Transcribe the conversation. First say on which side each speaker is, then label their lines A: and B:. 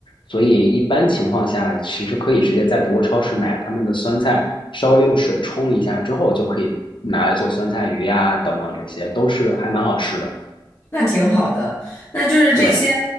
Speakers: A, on the left; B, on the left.
A: 所以一般情况下其实可以直接在德国超市买他们的酸菜，稍微用水冲一下之后就可以拿来做酸菜鱼呀、等等，这些都是还蛮好吃的，
B: 那挺好的，那就是这些，
A: 对。